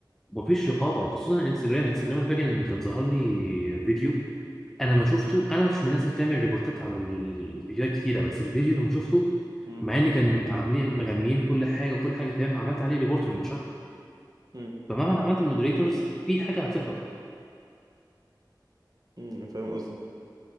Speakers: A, in the centre; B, on the right.
A: مفيش رقابه وخصوصا انستجرام انستجرام انا فاكر ان كان ظهر لي فيديو انا ما شفته انا مش من الناس اللي بتعمل ريبورتات على الفيديوهات كتيره بس الفيديو لما شفته
B: امم
A: مع ان كان عاملين مغنيين كل حاجه وكل حاجه تمام عملت عليه ريبورت من شهر
B: امم
A: فمهما أنا عملت مودريتورز في حاجه هتهرب
B: امم فاهم قصدك